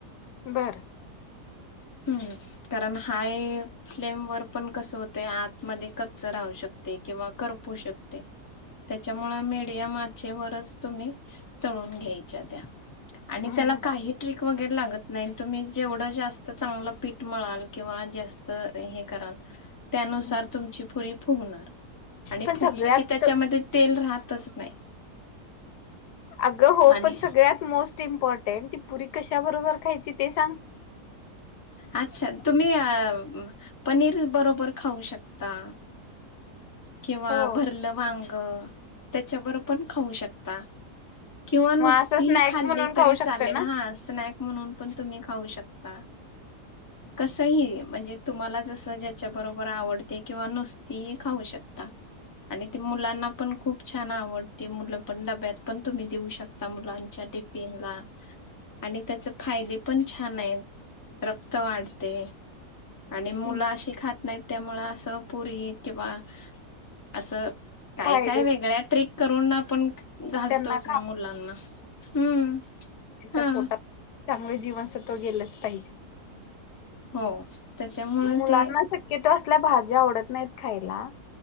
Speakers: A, on the left (about 80°); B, on the left (about 20°).
A: बरं
B: हम्म, कारण हाय फ्लेम वर पण कसं होतंय आतमध्ये कच्च राहू शकतय किंवा करपू शकतय. त्यांच्यामुळे मिडियम आचेवरच तुम्ही तळून घ्यायच्या त्या. आणि
A: हम्म
B: त्याला काही ट्रिक वगैरे लागत नाही तुम्ही जेवढं जास्त चांगलं पीठ मिळाल किंवा जास्त हे कराल, त्यानुसार
A: हम्म
B: तुमची पुरी फुगणार आणि
A: पण
B: फुगली
A: सगळ्यात
B: की त्यांच्यामध्ये तेल राहतच नाही.
A: अगं हो
B: आणि
A: पण सगळ्यात मोस्ट इम्पॉर्टंट ती पुरी कशाबरोबर खायची ते सांग.
B: अच्छा तुम्ही अ पनीर बरोबर खाऊ शकता. किंवा
A: हो
B: भरलं वांग त्याच्याबरो पण खाऊ शकता. किंवा नुसती
A: असं स्नॅक
B: खाल्ली
A: म्हणून खाऊ
B: तरी
A: शकते
B: चालेल
A: ना.
B: हा स्नॅक्. म्हणून पण तुम्ही खाऊ शकता. कसही म्हणजे तुम्हाला जस ज्याच्याबरोबर आवडते किंवा नुसती खाऊ शकता. आणि ते मुलांना पण खूप छान आवडते मुलं पण डब्यात पण तुम्ही देऊ शकता. मुलांच्या लंच टिफिन ला. आणि त्याचे फायदे छान आहेत रक्त वाढते. आणि मुलं
A: हो
B: अशी खात नाहीत त्यामुळं असं पुरी किंवा असं काय
A: फायदे
B: काय वेगळ्या ट्रिक करून आपण घालतोच
A: त्यांना
B: ना मुलांना. हम्म.
A: त्याच्या
B: हा
A: पोटात चांगलं जीवनसत्व गेलंच पाहिजे.
B: हो त्याच्यामुळे
A: मुलांना
B: ते
A: शक्यतो असल्या भाज्या आवडत नाहीत खायला.